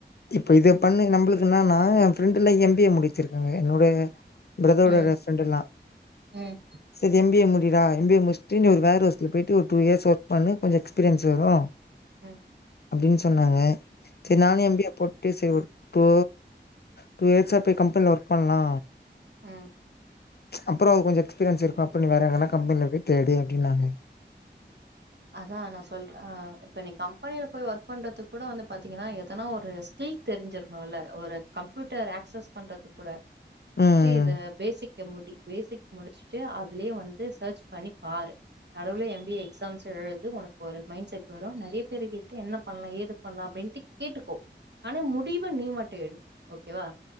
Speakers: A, on the left; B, on the right.
A: இப்ப இத பண்ணி நம்புளுக்கு என்னனா எ ஃப்ரெண்டுலா எம் பி ஏ முடிச்சிருக்காங்க என்னோட பிரதரோட
B: ம்
A: ரெ ஃப்ரன்டெல்லா
B: ம்
A: செரி எம் பி ஏ முடிடா எம் பி ஏ முச்ட்டு நீ ஒரு வேற்ஹவுஸ்ல போயிட்டு ஒரு டூ இயர்ஸ் ஒர்க் பண்ணு கொஞ்சோ எக்ஸ்பீரியன்ஸ் வரு
B: ம்
A: அப்டின்னு சொன்னாங்க சரி நானு
B: ம்
A: எம் பி ஏ போட் டு சரி ஒரு டூ டூ இயர்ஸா போய் கம்பனியில ஒர்க் பண்லா
B: ஆ
A: அப்புறோ கொஞ்சோ எக்ஸ்பீரியன்ஸ் இருக்கு அப்பறோ நீ வேற எங்கனா கம்பனில போய் தேடு அப்டினாங்க
B: அதா நா சொல்ற இப்ப நீ கம்பெனியில போய் ஒர்க் பண்றதுக் கூட வந்து பாத்தீங்கன்னா எதனா ஒரு ஸ்கில் தெரிஞ்சிருக்கணுல்ல ஒரு கம்ப்யூட்டர் ஆக்சஸ் பண்றதுக் கூட ஃபஸ்ட்டு
A: ம்
B: இத பேசிக் க முடி பேசிக் முடிச்சுட்டு அதுலயே வந்து சர்ச் பண்ணி பாரு நடுவுல எம் பி ஏ எக்ஸாம்ஸ் எழுது உனக்கு ஒரு மைண்ட் செட் வரு நெறைய பேரு கிட்டு என்ன பண்லா ஏது பண்லா அப்டின்ட்டு கேட்டுக்கோ ஆனா முடிவ நீ மட்டு எடு ஓகேவா